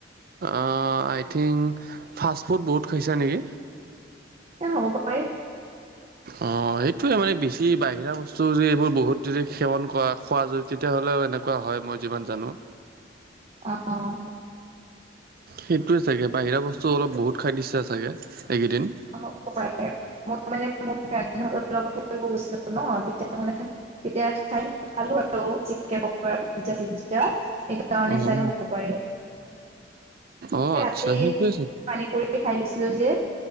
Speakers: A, on the right (about 55°); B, on the right (about 35°).
A: অঁ, আই থিংক, ফাষ্ট-ফুড বহুত খাইছা নেকি?
B: এ হ'ব পাৰে।
A: অঁ, সেইটোৱে মানে বেছি বাহিৰা ব- স্তু যদি এইবোৰ বহুত যদি সেৱন কৰা, খোৱা যদি তেতিয়া হ'লেও এনেকুৱা হয়, মই যিমান জানোঁ।
B: অঁ, অঁ।
A: সেইটোৱে চাগে। বাহিৰা বস্তু অলপ বহুত খাই দিছা চাগে এইকেইদিন?
B: হ'ব পাৰে। মই মানে, মোৰ ফ্ৰেণ্ডৰ লগত ফুৰিব গৈছিলোঁ ন'। তেতিয়া মানে খাই- তেতিয়া খাই খালোঁ আৰু চিকেন পকৰা, পিজ্জা- চিজ্‌- তেয়া এইটো কাৰণে
A: অ',
B: চাগে হ'ব পাৰে?
A: অ',
B: হে ৰাতি
A: আচ্ছা সেইটোৱে
B: পানীপুৰী খাই লৈছিলোঁ যে।